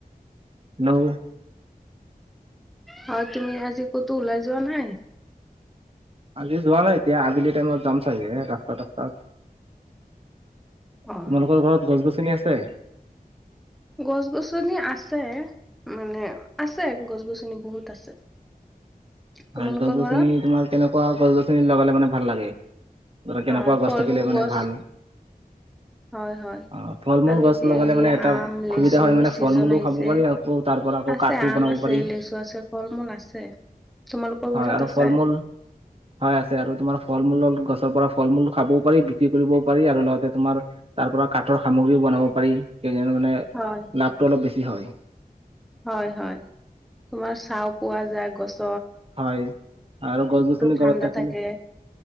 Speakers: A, on the right; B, in the centre.
A: ন
B: হয় তুমি আজি ক'তো ওলাই যোৱা নাই
A: আজি যোৱা নাই এতিয়া আবেলি টাইমত যাম চাগে ৰাস্তাতস্তাত তোমালোকৰ
B: অ
A: ঘৰত গছ গছনি আছে
B: গছ গছনি আছে মানে আছে গছ গছনি বহুত আছে তোমালোকৰ
A: হয় গছ গছনি
B: ঘৰত
A: তোমাৰ কেনেকুৱা গছ গছনি লগালে মানে ভাল লাগে ধৰা কেনেকুৱা
B: হয়
A: গছ
B: ফল
A: থাকিলে
B: মূল
A: মানে
B: গছ
A: ভাল
B: হয় হয়
A: অ ফল মূল
B: আৰু
A: গছ
B: এতিয়া
A: লগালে
B: হেৰি
A: মানে এটা
B: আম
A: সুবিধা
B: লিচু
A: হয় মানে
B: চিজন
A: ফল মূলো
B: আহিছে
A: খাব পাৰি আকৌ তাৰ পৰা আকৌ
B: আছে
A: কাঠো
B: আম
A: বনাব
B: আছে
A: পাৰি
B: লিচু আছে ফল মূল আছে তোমালোকৰ
A: হয়
B: ঘৰত
A: আৰু
B: আছে
A: ফল মূল হয় আছে আৰু তোমাৰ ফল মূল গছৰ পৰা ফল মূল খাবও পাৰি বিক্ৰী কৰিবও পাৰি আৰু লগতে তোমাৰ তাৰ পৰা কাঠৰ সামগ্ৰীও বনাব পাৰি সেইকাৰণে মানে
B: হয়
A: লাভটো অলপ বেছি হয়
B: হয় হয় তোমাৰ চাওঁক পোৱা যায় গছ
A: হয় আৰু গছ গছনি
B: ঠাণ্ডা
A: গৰত থাকিলে
B: থাকে